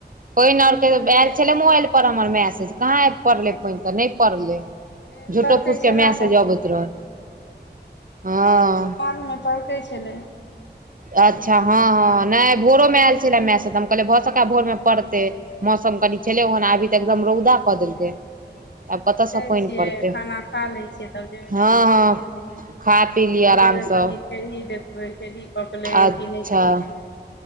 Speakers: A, on the right; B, on the left.
A: पईन आरके
B: तुरन्ते
A: आयल
B: तुरन्ते
A: छलै मोबाइल पर हमर मैसेज कहाँ आब पड़लै पईन तऽ नय पड़लै
B: मेघ
A: झूठो
B: तड़कै
A: फूस के
B: छलए
A: मैसेज
B: कऽ
A: अबैत रहए हँ
B: <unintelligible> पकै छलै
A: अच्छा हँ हँ नय भोरो मे आयल छलाह मैसेज कहलिए भसका भोर मे पड़ते मौसम कनि छले ओहन आबी तऽ एकदम रौदा कऽ देलकै
B: <inaudible> हमहूँ
A: आब कतयसँ
B: जाइ
A: पानि
B: छियै
A: पड़तै
B: खाना खा लै छियै तब जेबै
A: हँ
B: कनि
A: हँ
B: खेतै
A: खा पी लिअ
B: खेत
A: आरामसँ
B: जेबै कनी <inaudible> पकलै
A: अच्छा
B: कि नइ पकलै